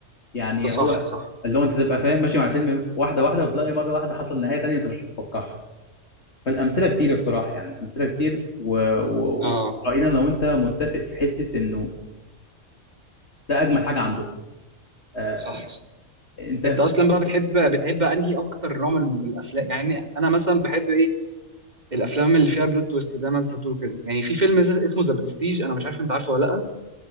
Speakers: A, on the left; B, on the right.
A: يعني
B: ده صح
A: هو
B: صح
A: اللي هو انت تبقى فاهم ماشي مع الفيلم واحده واحده وتلاقي مره واحده حصل نهايه تانية انت مش متوقعها فالامثله كتير الصراحه يعني امثله كتير وراينا و...
B: اه
A: و... راينا لو انت متفق في حته انه ده اجمل حاجه عنده آه
B: صح صح
A: انت مثلا
B: انت اصلا بقى بتحب بتحب انهي اكتر نوع من من الافلام يعني انا مثلا بحب ايه الافلام اللي فيها بلوت تويست زي ما انت بتقول كده يعني في فيلم ز- اسمه ذا برستيج انا مش عارف انت عارفه ولا لا